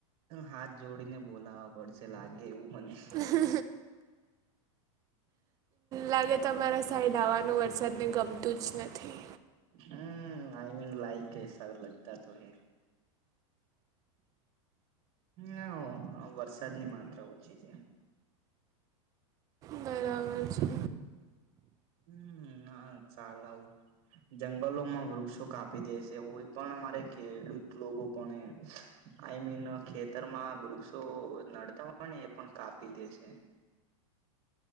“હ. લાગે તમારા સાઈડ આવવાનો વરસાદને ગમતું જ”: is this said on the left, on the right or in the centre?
Right